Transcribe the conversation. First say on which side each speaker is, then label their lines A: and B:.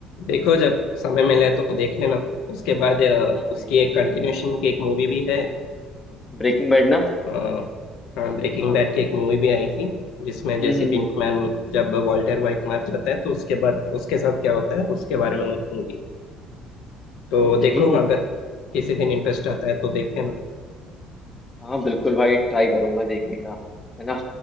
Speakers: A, on the left; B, on the left.
A: देखो जब समय मिले तो देख लेना उसके बाद अ,
B: हाँ भाई
A: उसकी एक कंटिन्यूशन की एक मूवी भी है
B: ब्रेकिंग बैड ना
A: अ, हाँ ब्रेकिंग
B: हाँ
A: बैड
B: हाँ
A: की एक मूवी भी आई थी जिसमें जेसी
B: हम्म
A: पिंकमैन जब वॉल्टर वाइट मर जाता है तो उसके बाद उसके साथ क्या होता है उसके बारे में एक मूवी तो
B: ओके
A: देखो अगर किसी दिन इंटरेस्ट आता है तो देखते हैं ना
B: हाँ बिल्कुल भाई ट्राई करूंगा देखने का है ना